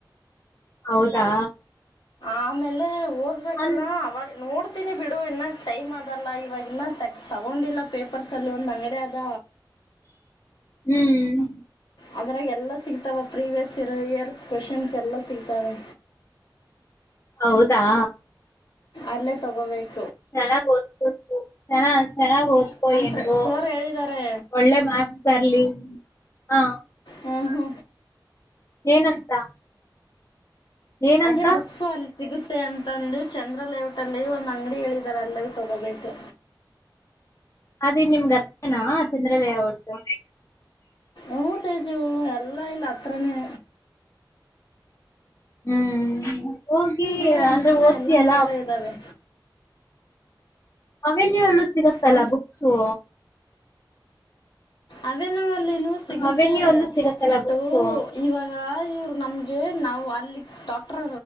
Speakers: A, on the left; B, on the left.
A: ಹೌದಾ
B: ಆಮೇಲೆ ಓದ್ಬೇಕಲ್ಲ
A: ಅನ್
B: ಅವ ನೋಡ್ ಹತೀನಿ ಬಿಡು ಇನ್ನ ಟೈಮ್ ಅದಲ್ಲ ಇವಾಗ ಇನ್ನ ತಗ ತಗೊಂಡಿಲ್ಲ ಪೇಪರ್ಸ್ಲ್ಲಿ ಒಂದು ಅಂಗಡಿ ಅದ
A: ಹ್ಮ್
B: ಅದ್ರಾಗ ಎಲ್ಲ ಸಿಗ್ತಾವ ಪ್ರೀವಿಯಸ್ ಇ ಇಯರ್ಸ್ ಕ್ವೆಶನ್ಸ್ ಎಲ್ಲ ಸಿಗ್ತವೆ
A: ಹೌದಾ
B: ಅಲ್ಲೇ ತಗೋಬೇಕು
A: ಚೆನ್ನಾಗ್ ಓದ್ಕೋ ಚನ್ನ ಚೆನ್ನಾಗ್ ಓದ್ಕೊ
B: ನಮ್ಮ
A: ಹೆಂಗೋ
B: ಫ್ರೆ ಸರ್ ಹೇಳಿದ್ದಾರೆ
A: ಒಳ್ಳೆ ಮಾರ್ಕ್ಸ್ ಬರ್ಲಿ ಹ
B: ಹಹೋ
A: ಏನಂತ ಏನಂತ
B: ಅದೇ ಬುಕ್ಸೋ ಅಲ್ಲಿ ಸಿಗುತ್ತೆ ಮಷ್ಟೆ ಅಂತಂದು ಚಂದ್ರ ಲೇಔಟ್ ಅಲ್ಲಿ ಒಂದು ಅಂಗಡಿ ಹೇಳಿದ್ದಾರೆ ಅಲ್ಲವೂ ತಗೋಬೇಕು
A: ಅದೇ ನಿಮ್ಗತ್ತನಾ ಚಂದ್ರದಯ ಹೊಟ್ಟು
B: ಓ ತೇಜು ಎಲ್ಲ ಇಲ್ಲ ಅತ್ರನೇ
A: ಹ್ಮ್ ಹೋಗಿ
B: ದೂರ ಅನ್ಸಲ್ಲ
A: ಅಂದ್ರೆ ಓದ್ತಿಯಲ್ಲ
B: ಎಲ್ಲ ನಿಯರ ಇದ್ದಾವೆ
A: ಅವೆನ್ಯೂ ಎಲ್ಲೂ ಸಿಗತ್ತಲ್ಲ
B: ಹ
A: ಬುಕ್ಸು
B: ಅದನ್ನ ಸಿಗುತ್ತೆ
A: ಅವೆನ್ಯೂ ಅಲ್ಲೂ ಸಿಗತ್ತಲ್ಲ
B: ಬಟ್
A: ಬುಕ್ಸು
B: ಇವಾಗ ಇವರು ನಮ್ಗೆ ನಾವು ಅಲ್ಲಿ ಡಾಕ್ಟರ್